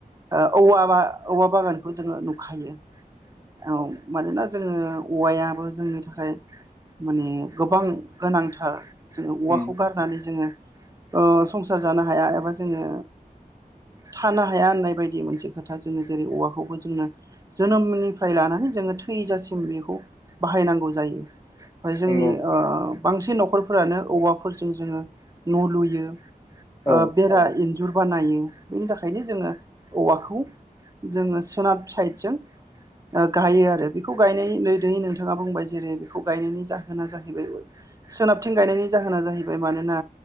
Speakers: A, on the right (about 20°); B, on the left (about 25°).
A: ओ औवा बा औवा बागानखौ जोङो नुखायो औ मानोना जोङो औवायाबो जोंनि थाखाय माने गोबां गोनांथार जोङो औवाखौ
B: उम
A: गार जोङो ओ संसार जानो हाया एबा जोङो थानो हाया होननाय बायदि मोनसे खोथा जोङो जेरै औवाखौबो जोंङो जोनोमनिफ्राय ला नानै जोङो थैजासिम बेखौ बाहायनांगौ जायो ओमफाय जोंनि
B: नंगौ
A: बांसिन न'खरफोरानो औवाफोरजों जोङो न' लुयो ओ
B: औ
A: बेरा इन्जुर बानायो बेनि थाखायनो जोङो औवाखौ जोङो सोनाब साइडजों गायो आरो बेखौ गायनायै दैै नोंथाङा बुंबाय जेरै बेखौ गायनायनि जाहोना जाहैबाय सोनाबथिं गायनायनि जाहोना जाहै मानोना